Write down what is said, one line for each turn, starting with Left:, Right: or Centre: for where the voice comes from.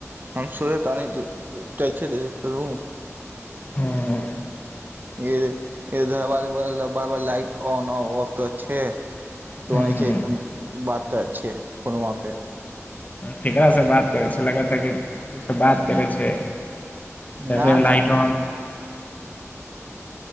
Right: हम सरत क छै तू
Left: हँ
Right: हद धरबारे ब बार बार लाइट ऑन ऑफ तऽ छै
Left: ह
Right: तऽ छै बात तऽ अच्छे फल वहाँ पे
Left: ककरासँ बात करै छै लगातार ककरोसँ बात करै छै
Right: न
Left: त
Right: न
Left: लाट
Right: ऐसे